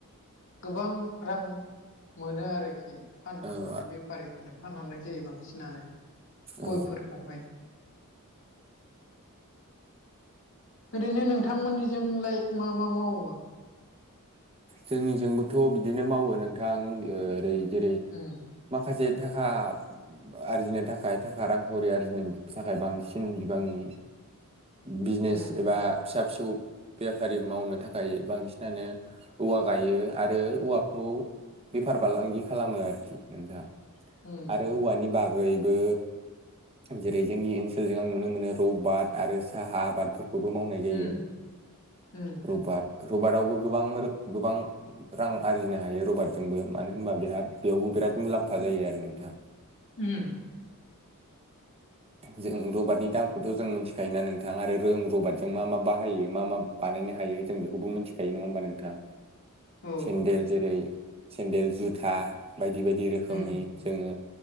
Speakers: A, on the left; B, on the right.
A: गोबां रां मोनो आरोखि फानहरनानै
B: औ आ
A: बेफारिफोरनो फानहरनाय जायो बांसिनानो
B: औ
A: गयफोरखौहाय ओरैनो नोंथांमोननिजोंलाय मा मा मावो?
B: जोंनिजोंबोथ' बिदिनो मावो नोंथां ओरै जेरै
A: उम
B: माखासे थाखा आरजिनो थाखाय थाखा रांखावरि आरजिनो थाखाय बांसिन बिबांनि बिजनेस
A: उम
B: एबा फिसा फिसौ बेफारि मावनो थाखाय बांसिन <unintelligible> नो औवा गायो आरो औवाखौ बेफार फालांगि खालामो आरोखि नोंथां
A: उम
B: आरो औवानि बाग बयबो जेरै जोंनि ओनसोलजों आं नुनो मोनो रबाद आरो साहा आबाद फोरखौबो मावनाय जायो
A: उम उम
B: रबार
A: उम
B: रबाटआवबो गोबां गोबां रां आरजिनो हायो रबादजोंबो मानो होनबा बेहा बेयावबो बिराद मुलाम्फा जायो आरो नोंथां।
A: उम
B: जों रबादनि दामखौथ' जों मिथिखायोना नोंथां आरो रों रबारजों मा मा बाहायो मा मा बानायनो हायो जों बेखौबो मिथिखायो नङा होमबा नोंथां।
A: औ
B: सेन्देल जेरै सेन्देल जुथा बायदि बायदि रोखोमनि
A: उम
B: जोङो